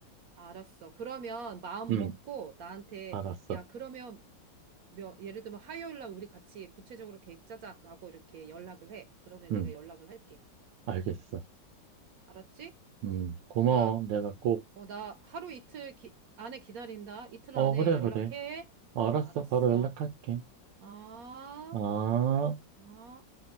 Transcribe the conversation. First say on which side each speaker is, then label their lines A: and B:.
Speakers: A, on the right; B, on the right.
A: 알았어. 그러면 마음
B: 응,
A: 먹고 나한테,
B: 알았어.
A: 야, 그러면 몇, 예를 들면 화요일 날 우리 같이 구체적으로 계획 짜자라고 이렇게 연락을 해. 그러면
B: 응,
A: 내가 연락을 할게.
B: 알겠어.
A: 알았지?
B: 응, 고마워.
A: 내가
B: 내가 꼭,
A: 뭐 나 하루 이틀 기- 안에 기다린다. 이틀
B: 어,
A: 안에
B: 그래,
A: 연락해.
B: 그래. 알았어.
A: 알았어.
B: 바로 연락할게.
A: 아,
B: 아.
A: 아.